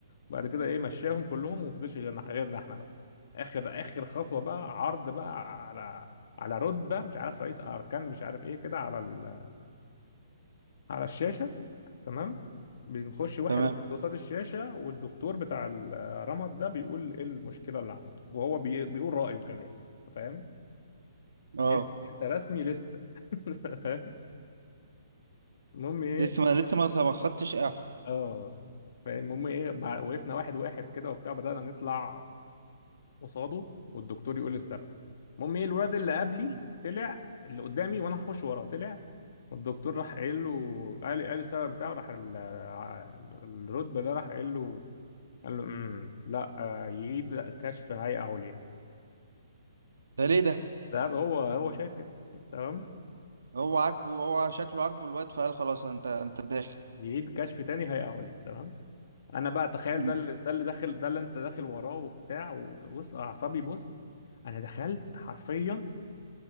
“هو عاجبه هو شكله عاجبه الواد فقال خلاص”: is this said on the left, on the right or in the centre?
Right